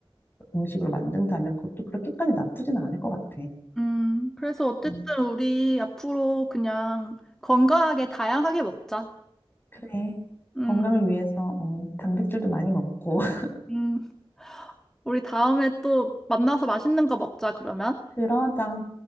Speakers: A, on the left; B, in the centre.
A: 음식으로 만든다면 그것도 그렇게까지 나쁘진 않을 것 같아.
B: 음. 그래서 어쨌든
A: 음,
B: 우리 앞으로 그냥 건강하게 다양하게 먹자.
A: 그래.
B: 음,
A: 건강을 위해서, 어, 단백질도 많이 먹고. <laughs>
B: 음. 우리 다음에 또 만나서 맛있는 거 먹자, 그러면.
A: 그러자.